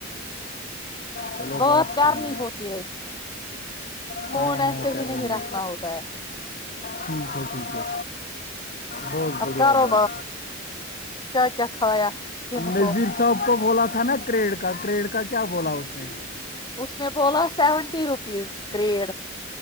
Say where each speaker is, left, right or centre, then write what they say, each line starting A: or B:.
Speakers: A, on the left; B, on the left.
A: چلو
B: بات
A: بہت
B: کرنی
A: صحیح
B: ہوتی ہے اس میں فون
A: ہاں ہاں
B: ایسے
A: کر
B: ہی نہیں
A: رہی
B: رکھنا
A: ہے
B: ہوتا ہے
A: ٹھیک ہے ٹھیک ہے بہت
B: اب
A: بڑھیا
B: کرو
A: بات
B: کیا کیا کھایا دن
A: نذیر
B: کو
A: صاحب کو بولا تھا تھا نا کریڈ کا کریڈ کا کیا بولا اس نے
B: اس نے بولا سیونٹی روپیز کریڈ